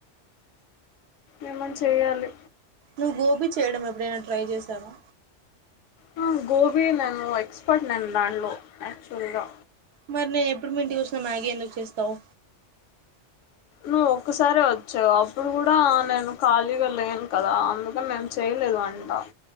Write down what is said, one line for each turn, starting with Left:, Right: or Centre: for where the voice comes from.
Left: ఏమన్న చేయ్యాలి
Right: నువ్వు గోబీ చేయడం ఎప్పుడైనా ట్రై చేసావా
Left: హా గోబీ నేను ఎక్స్పర్ట్ నేను దాంట్లో యాక్చువల్గా
Right: మరి నేను ఎప్పుడు మీ ఇంటికి వచ్చినా మ్యాగీ ఎందుకు చేస్తావు
Left: నువ్వు ఒక్కసారే వచ్చావు అప్పుడు కూడా నేను ఖాళీగా లేను కదా అందుక మేము చేయలేదు వంట